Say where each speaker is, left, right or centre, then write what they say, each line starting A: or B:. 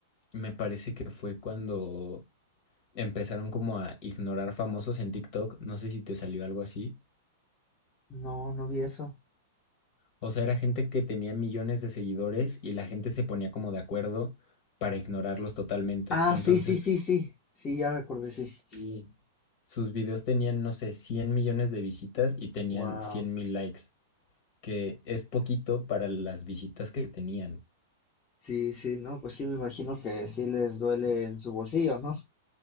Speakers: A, on the left (about 45°); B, on the left (about 25°).
A: me parece que fue cuando empezaron como a ignorar famosos en TikTok, no sé si te salió algo así.
B: No, no vi eso.
A: O sea, era gente que tenía millones de seguidores y la gente se ponía como de acuerdo para ignorarlos totalmente.
B: Ah,
A: Entonces,
B: sí, sí, sí, sí. Sí, ya recordé, sí.
A: Sí, sus videos tenían, no sé, 100 millones de visitas y tenían
B: Wow.
A: 100 mil likes, que es poquito para las visitas que tenían.
B: Sí, sí, no, pues sí, me imagino que sí les duele en su bolsillo, ¿no?